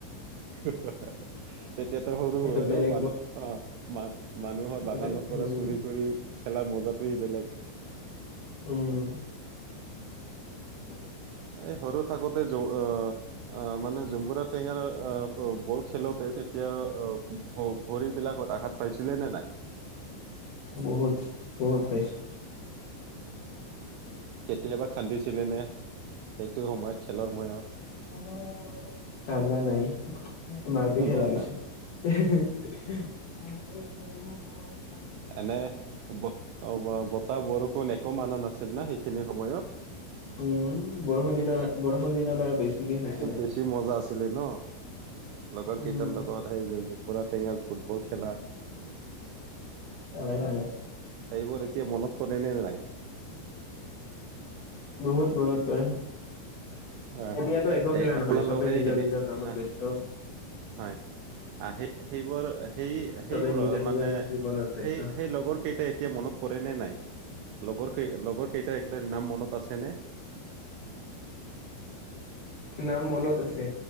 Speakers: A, on the right; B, on the left.
A: <unintelligible> তেতিয়াটো সৰু
B: এইটো
A: হয়
B: বেলেগ
A: ন মানু অঁ মা মানুহৰ বাগানৰ
B: এইটো
A: পৰা
B: উম
A: চুৰি কৰি- খেলা মজাটোৱেই বেলেগ।
B: উমঁ! <inaudible>
A: এই সৰু থাকোতে জ' আ- অঁ 'মানে জুম্বুৰা টেঙাৰ অঁ, ব -বল খেলোতে তেতিয়া অঁ, ভ- ভৰিবলাকত আঘাত- পাইছিলে নে নাই?
B: বহুত, বহুত পাইছোঁ।
A: কেতিয়াবা কান্দিছিলে নে? সেইটো সময়ত খেলৰ সময়ত?
B: হেৰৌ! হেৰৌ! কান্দা নাই মাৰপিটহে
A: না
B: লাগিছোঁ
A: নাই
B: এসোহা। <unintelligible>
A: এনে ব ওৱাৱ বতাহ বৰষুণ একো মানা নাছিল ন সেইখিনি সময়ত?
B: উমঁ, বৰষুণ দি থাকা, বৰষুণ দিনত আৰু বেছিকে হৈছিলে।
A: টো বেছি মজা আছিলে ন? লগৰ
B: উম
A: কেইটাৰ লগত সেই যে, জম্বুৰা টেঙা ফুটবল খেলা।
B: হয়, হয়।
A: সেইবোৰ এতিয়া মনত পৰেনে নে নাই?
B: বহুত মনত পৰে।
A: আ
B: এতিয়াতো একো
A: এই
B: খেলেই
A: আপোনাৰ
B: নহয়, চবেই
A: লগতে
B: নিজৰ
A: খেলি
B: নিজৰ কামত
A: আহ
B: ব্যস্ত।
A: হয় আহ সেই সেইবোৰ সেই সেইবোৰ
B: চবেই নিজৰ নিজৰ
A: মানে
B: জীৱনত ব্যস্ত।
A: সেই সেই লগৰ কেইটা এতিয়া মনত পৰে নে নাই? লগৰ কেই লগৰ কেইটা একটা নাম মনত আছে নে?
B: নাম মনত আছে।